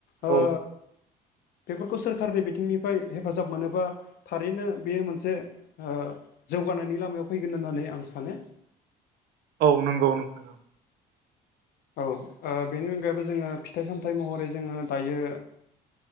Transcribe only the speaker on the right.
औ
औ नंगौ नोंथां औ